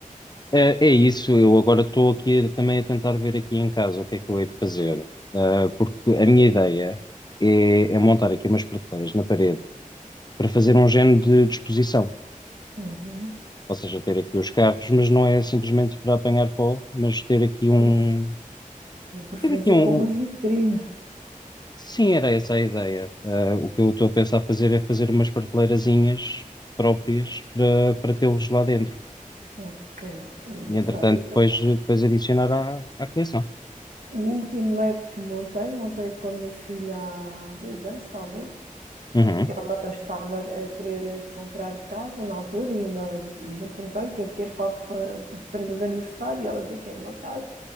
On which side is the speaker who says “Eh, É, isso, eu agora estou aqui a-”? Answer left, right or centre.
Left